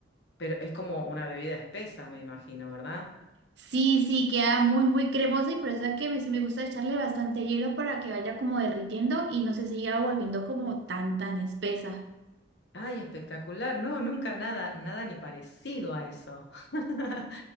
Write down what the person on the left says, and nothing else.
pero es como una bebida espesa, me imagino, ¿verdad?
Ay, espectacular. No, nunca nada, nada ni parecido a eso. <laughs>